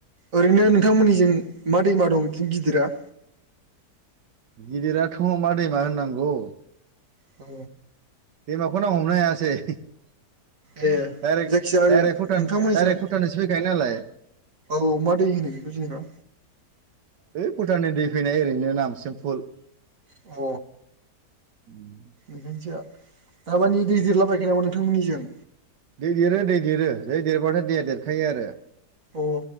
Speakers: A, on the right (about 55°); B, on the right (about 85°).
A: ओरैनो नोंथांमोननिजों मा दैमा दं बिदि गिदिरा
B: गिदिराथ' मा दैमा होननांगौ
A: औ।
B: दैमाखौ नाव हमनो हायासै। दाइरेक
A: ए जायखिजाया ओरै
B: दाइरेक भुटान
A: नोंथांमोननिजों
B: दाइरेक्ट भुटानसो फैखायो नालाय।
A: औ मा दै होनो बेखौ जेनेबा।
B: <unintelligible> भुटाननि दै फैनाय ओरैनो नामसिमफुल।
A: औ।
B: उम।
A: ओंखायनोसो दामानि दै देरलाबायाखै नामा नोंथांमोननिजों।
B: दै देरो दै देरो दै देरबथाय दैया देरखायो आरो।
A: अ